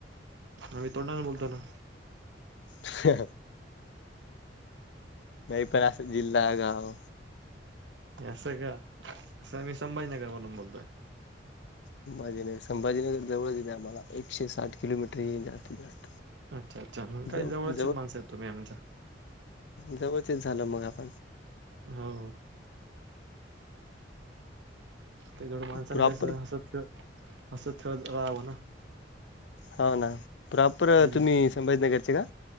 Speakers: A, on the right; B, on the left.
A: आम्ही तोंडाने बोलतो ना
B: ह नाही पण असं जिल्हा गाव
A: असं का असं मी संभाजीनगर वणून बोलतोय
B: संभाजीनगर संभाजीनगर जवळचेते आम्हाला एकशे साठ किलोमीटर हे जास्तीत जास्त
A: अच्छा अच्छा मग काय
B: जवळ
A: जवळची माणस आहेत तुम्ही आमच्या
B: व्यवथित झालं मग आपण
A: हो ते थवढं माणसाांं
B: प्रॉपर
A: कसं हसतलं असं खेळत राहावं ना
B: हो ना प्रॉपर
A: दि
B: तुम्ही संभाजीनगरचे का